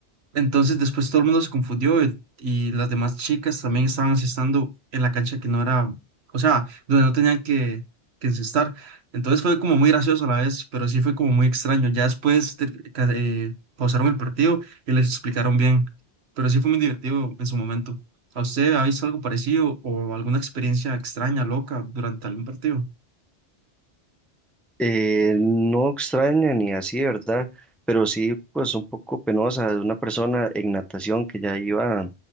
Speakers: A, on the right; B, in the centre.
A: Entonces después todo el mundo se confundió y, y las demás chicas también estaban asestando en la cancha que no era, o sea, donde no tenían que, que encestar. Entonces fue como muy gracioso a la vez, pero sí fue como muy extraño. Ya después te- ca- eh, pausaron el partido y les explicaron bien, pero sí fue muy divertido en su momento. ¿A usted ha visto algo parecido o alguna experiencia extraña, loca, durante algún partido?
B: Eh, no extraña ni así, ¿verdad? Pero sí, pues un poco penosa de una persona en natación que ya iba a